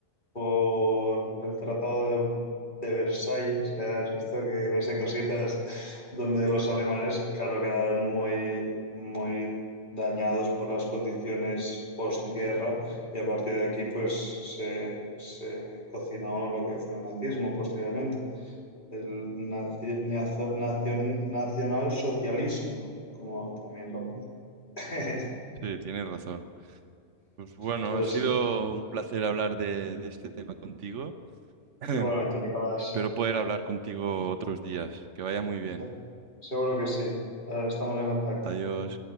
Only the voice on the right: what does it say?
Sí, tienes razón. Pues bueno,
ha sido
un placer hablar de, de este tema contigo. <clears throat>
Espero poder hablar contigo otros días. Que vaya muy bien.
Adiós.